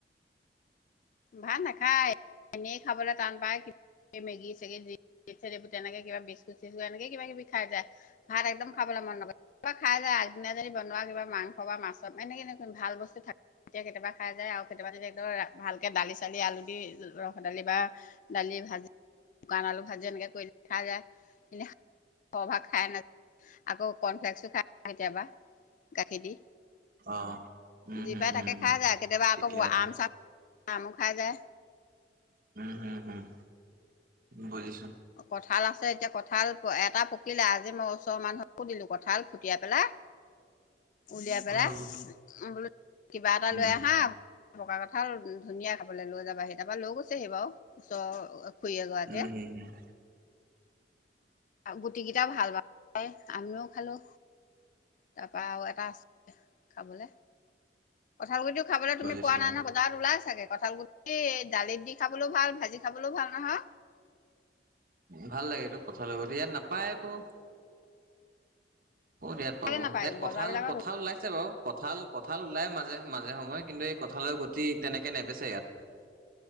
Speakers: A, on the left (about 45°); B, on the right (about 50°).
A: ভাল নাখায় এনেই খাবলৈ টান পায় মেগী সেগী তেনেকে কিবা বিস্কুট চিস্কুত এনেকে কিবা কিবি খাই যায়, ভাত একদম খাব মন ন কিবা খাই যায় আগদিনা যদি বনোৱা কিবা মাংস বা মাছ অনেকেনেকুন ভাল বস্তু থাকে তেতিয়া কেতিয়াবা খাই যায় আৰু কেতিয়াবা তেতিয়া একদম ভাল কে দালি চালি আলু দি ৰহৰ দালি বা দালি, ভাজি শুকান আলু ভাযি এনেকে কৰি খাই যায় এনে খভাগ খাই নাযায় আকৌ কৰ্ণফ্লেক্সো খাই কেতিয়াবা গাখীৰ দি।
B: অ', উম,
A: যি
B: হম,
A: পাই
B: হম,
A: তাকে
B: হম,
A: খাই যায় কেতিয়াবা
B: ঠিকে
A: আকৌ
B: আছে
A: আম চাম আমু খাই যায়।
B: উম হম হম, বুজিছো।
A: কঁঠাল আছে এতিয়া কঁঠাল এটা পকিলে আজি মই ওচৰ মানুহকো দিলো কঁঠাল ফুটিয়াই পেলাই। উলিয়াই পেলাই
B: অ', উম,
A: বোলো কিবা এটা
B: উম,
A: লৈ আহা পকা কথা ধুনীয়া খাবলৈ লৈ যাবাাহি তাৰপা লৈ গৈছেহি বাৰু ওচৰৰ খুৰী এগৰাকীয়ে
B: উম হুম হুম।
A: গুটিকেইটা ভাল পায় আমিও খালোঁ। তাৰ পৰাা আৰু এটা আছে খাবলে ভালকুি খাব
B: বুজিছো
A: তুমি পোৱা নাই নয় বজাৰ ওলাই ছাগে। কঁঠাল গুটি দালিত দি খাবলৈ ভাল ভাজি খাবলৈও ভাল নহয়।
B: ভাল লাগে তো কথা ল ইয়াত নাপায় আকৌ কত ইয়াত পাব,
A: নাপায়
B: ইয়াত কঁঠাল
A: বজাৰ বিলাকত
B: কঁঠাল ওলাইছে বাৰু কঁঠাল কঁঠাল ওলাই মাজে মাজে সময়ে কিন্তু এই কঁঠালৰ গতি তেনেকে নেবেচে ইয়াত।